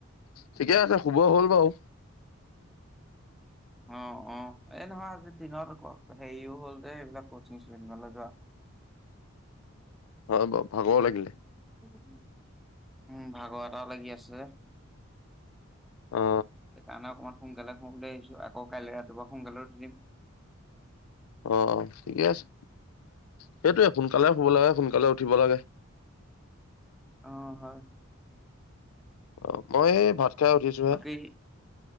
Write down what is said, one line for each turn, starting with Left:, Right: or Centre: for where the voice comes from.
Left: ঠিকে আছে শুব হ'ল বাৰু
Centre: অ অ এই নহয় আজি দিনত হেৰিও হ'ল যে এইবিলাক কচিং চচিং গলে যোৱা। <inaudible>
Left: হয় ক ভাগৰো লাগিলে।
Centre: উম ভাগৰ এটাও লাগি আছে।
Left: অ
Centre: সেইকাৰণে অকমান সোন কালে শুও বুলি ভাবিছো আকৌ কাইলে ৰাতিপুৱা সোনকালে‌ উঠি দিম
Left: অ ঠিকে আছে সেইটোয়ে সোনকালে শুব লাগে সোনকালে উঠিব লাগে।
Centre: অ হয়
Left: অ মই এই ভাত খাই উঠিছো হে।
Centre: বাকী